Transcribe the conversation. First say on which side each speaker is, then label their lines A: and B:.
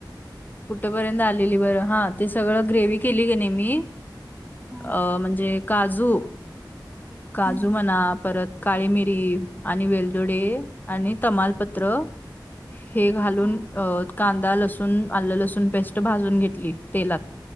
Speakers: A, on the left; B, in the centre.
A: कुठपर्यंत आलेली बरं हा ते सगळं ग्रेव्ही केली ग नाही मी..
B: हा
A: अ म्हणजे काजू काजू
B: हम्म
A: मणा परत काळी मिरी आणि वेलदोडे. आणि तमालपत्र हे घालून
B: हा
A: अ कांदा लसूण आलं लसूण पेस्ट भाजून घेतली तेलात